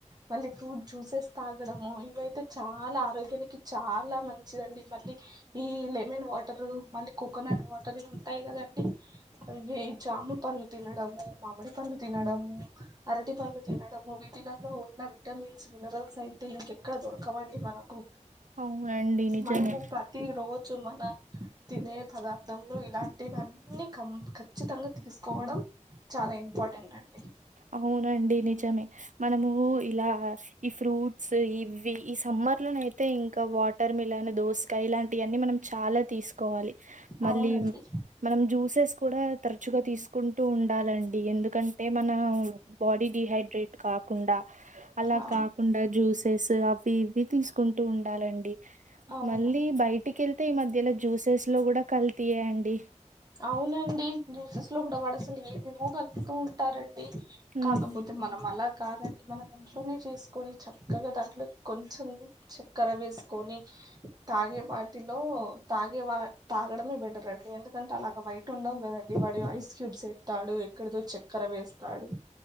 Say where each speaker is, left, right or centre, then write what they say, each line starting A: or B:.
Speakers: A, on the right; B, on the right.
A: మళ్ళీ ఫ్రూట్ జ్యూసెస్ తాగడము అయితే చాలా ఆరోగ్యానికి చాలా మంచిదండి మళ్ళీ ఈ లెమన్ వాటర్ మళ్ళీ కోకోనట్ వాటరవి ఉంటాయి కదండి అవి జామ పండ్లు తినడము మామిడి పండ్లు తినడము అరటి పండ్లు తినడము నే తినలో ఉన్న విటమిన్స్ మినరల్స్ అయి తే ఇంకెక్కడ దొరకవండి మనకు
B: అవునండి నిజమే.
A: మనము ప్రతి రోజు చు మన తినే పదార్థంలో ఇలాంటివన్నీ కం ఖచ్చితంగ తీసుకోవడం చాలా ఇంపార్టెంట్ అండి
B: అవునండి నిజమే మనము ఇలా ఈ ఫ్రూట్స్ ఇవి ఈ సమ్మర్లోనయితే ఇంకా వాటర్ మిలన్ దోసకాయ ఇలాంటియన్నీ మనం చాలా తీస్ కోవాలి మళ్ళీ
A: అవునండి
B: మనం జ్యూసెస్ కూడా తరచుగా తీసుకుంటూ ఉండాలం ఎందుకంటే మన బాడీ డిహైడ్రేట్ కాకుండా అలా
A: అవును
B: కాకుండా జూ సేస్స్ అవి ఇవి తీస్ టూ ఉండాలండి
A: అవును
B: మళ్ళ బయటికి వెళ్తే ఈ మధ్యలో జ్యూసెస్లో కూడా కల్తీయేండి
A: అవునండి జ్యూసెస్ లో కూడా వాడు అసలు ఏమేమో కలుపుతూ ఉంటారండి
B: హ్మ్.
A: కాకపోతే మనం అలా కాదండి మనం ఇంట్లోనే చేసుకొని చక్కగా దాంట్లో కొంచం చక్కెర వేస్ తీసుకొని తాగే వాటిలో తాగేవా తాగడమే బెటర్ అండి ఎందు ఎంటే అలాగ బయట ఉండవు కదండి వాడు ఐస్ క్యూబ్స్ ఎస్తాడు ఎక్కడిదో చక్కెర వేస్తాడు